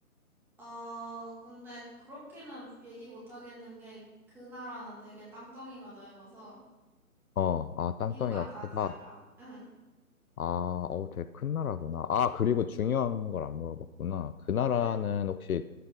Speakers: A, in the centre; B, on the left (about 75°).
A: 어, 근데 그렇게는 얘기 못 하겠는 게 그 나라는 되게 땅덩이가 넓어서.
B: 어, 아, 땅덩이가
A: 이유가 다
B: 크다.
A: 달라. 응.
B: 아, 어, 되게 큰 나라구나. 아, 그리고 중요한 걸 안 물어봤구나. 그 나라는
A: 응.
B: 혹시